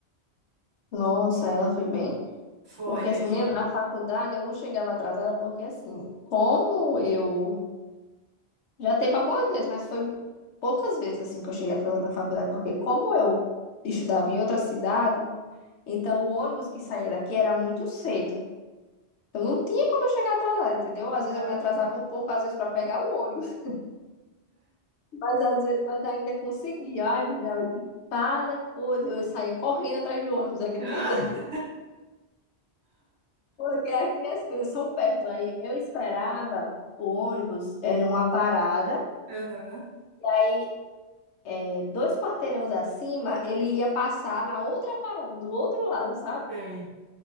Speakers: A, on the left (about 90°); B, on the right (about 75°).
A: Nossa, ela foi bem
B: Foi
A: Porque
B: aí.
A: assim, menino, na faculdade eu não chegava atrasada, porque assim, como eu já teve algumas vezes, mas foi poucas vezes assim que eu cheguei atrasada na faculdade, porque como eu estudava em outra cidade, então o ônibus que saía daqui era muito cedo. Então não tinha como eu chegar atrasada, entendeu? Às
B: Gata.
A: vezes eu me atrasava um pouco, às vezes para pegar o ônibus, <laughs> mas às vezes, mas ainda conseguia. Ai, menina, eu- cada coisa, eu saía correndo atrás do ônibus, acredita?
B: <laughs>
A: Porque aqui as coisas são perto. Aí eu esperava o ônibus é, numa parada,
B: Aham.
A: e aí é, dois quarteirões acima, ele ia passar na outra parada do outro lado, sabe?
B: Sei.